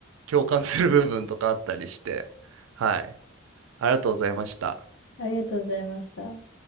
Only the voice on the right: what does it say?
共感する部分とかあったりして、はい、ありがとうございました。